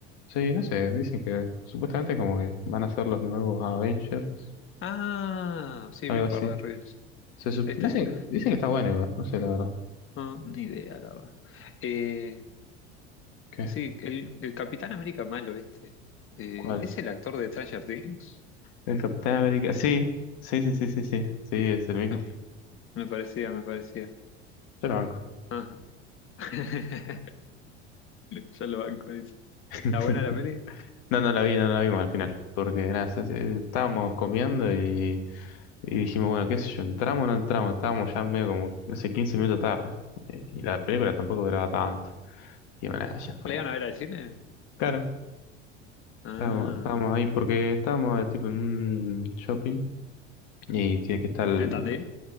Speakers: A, on the left; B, on the left.
A: Sí, no sé, dicen que supuestamente como que van a ser los nuevos Avengers,
B: Ah, sí,
A: algo
B: vi un
A: así.
B: par de reels.
A: Se sup-
B: ¿Está?
A: dicen, dicen que está bueno igual, no sé la verdad.
B: No, ni idea, la verdad. Eh,
A: ¿Qué?
B: sí, el, el Capitán América malo este. eh,
A: ¿Cuál?
B: ¿es el actor de Stranger Things?
A: El Capitán América, sí, sí, sí, sí, sí, sí, sí, es el mismo.
B: Me, me parecía, me parecía.
A: Yo lo banco.
B: Ajá. <laughs> Yo lo banco, dice.
A: <laughs>
B: ¿Está buena la peli?
A: No, no la vi, no la vimos al final, porque nada, se- se- estábamos comiendo y, y dijimos, bueno, qué sé yo, entramos o no entramos, estábamos ya medio como, no sé, 15 minutos tarde, eh, y la película tampoco duraba tanto, y bueno, nada, ya fue.
B: ¿La iban a ver al cine?
A: Claro,
B: Ah,
A: estábamos, estábamos ahí porque estábamos eh, tipo en un shopping y tiene que estar, el-
B: ¿entendí?